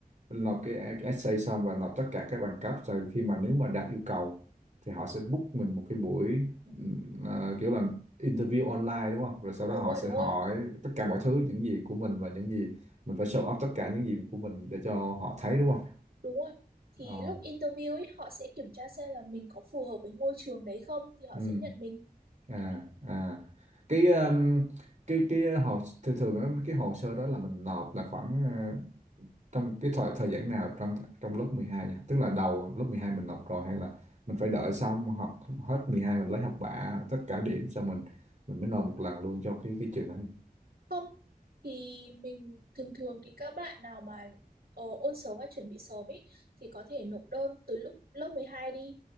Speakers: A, on the right; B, on the right.
A: mình nộp cái, cái essay xong và nộp tất cả các bằng cấp rồi khi mà nếu mà đạt yêu cầu thì họ sẽ book mình một cái buổi ừm, ờ, kiểu là interview online đúng không? Rồi sau đó
B: đúng
A: họ
B: rồi
A: sẽ
B: đúng
A: hỏi
B: rồi
A: tất cả mọi thứ những gì của mình và những gì mình phải show off tất cả những gì của mình để cho họ thấy đúng không?
B: đúng rồi thì
A: Ờ,
B: lúc interview ấy họ sẽ kiểm tra xem là mình có phù hợp với ngôi trường đấy không thì họ
A: ừm,
B: sẽ nhận mình
A: à
B: kiểu thế
A: à cái um, cái cái hồ thường thường á, cái hồ sơ đó là mình nộp là khoảng à, trong cái thời thời gian nào trong trong lớp 12 nhỉ? Tức là đầu lớp 12 mình nộp rồi hay là mình phải đợi xong học hết 12 mình lấy học bạ tất cả điểm xong mình mình mới nộp một lần luôn cho cái cái trường đó nhỉ?
B: Không, thì mình thường thường thì các bạn nào mà ờ, ôn sớm và chuẩn bị sớm ý, thì có thể nộp đơn từ lúc lớp 12 đi.